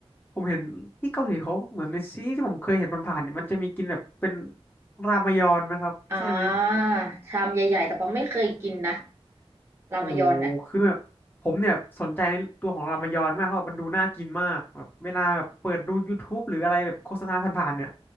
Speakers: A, on the left; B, on the right.
A: ผมเห็นที่เกาหลีเขาเหมือนในซีรีส์ที่ผมเคยเห็นผ่านๆเนี่ยมันจะมีกินแบบเป็นรามยอนไหมครับใช่ไหม
B: อ่าชามใหญ่ๆแต่ปองไม่เคยกินนะรามยอนเนี่ย
A: โอ้โหคือแบบผมเนี่ยสนใจในตัวของรามายอนมากเพราะมันดูน่ากินมากแบบเวลาแบบเปิดดู YouTube หรืออะไรแบบโฆษณาผ่านๆเนี่ย